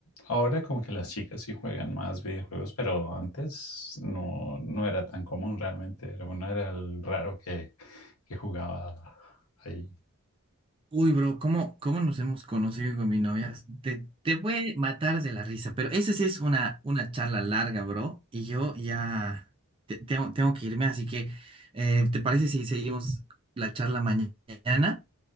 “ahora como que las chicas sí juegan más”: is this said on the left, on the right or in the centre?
Left